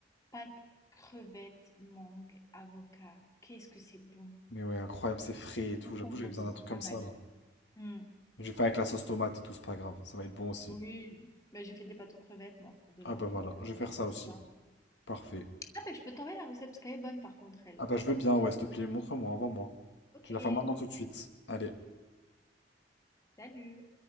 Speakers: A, on the left; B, on the left.
A: pâte, crevette, mangue, avocat. Qu'est-ce que c'est bon.
B: Mais ouais, incroyable, c'est frais et tout.
A: Concombre
B: J'avoue, j'avais
A: aussi,
B: besoin d'un
A: c'est
B: truc comme
A: pas mal.
B: ça là.
A: Hmm,
B: Je vais faire avec la sauce tomate et tout, c'est pas grave. Ça va être bon aussi.
A: Oui. Bah, j'ai fait des pâtes aux crevettes, moi, pour demain,
B: Ah bah voilà,
A: donc euh,
B: je vais faire ça aussi.
A: tu vois.
B: Parfait.
A: Ah bah, je peux t'envoyer la recette parce qu'elle est bonne par contre elle.
B: Ah bah je veux bien, ouais, s'il te plaît, montre-moi, envoie-moi.
A: OK,
B: Tu la fais maintenant tout de suite. Allez.
A: salut.